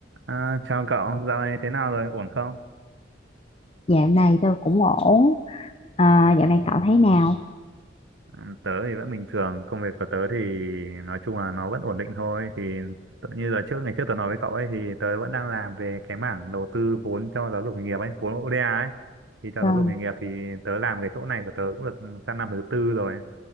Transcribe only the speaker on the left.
Dạo này tôi cũng ổn. À, dạo này cậu thấy nào?
Vâng.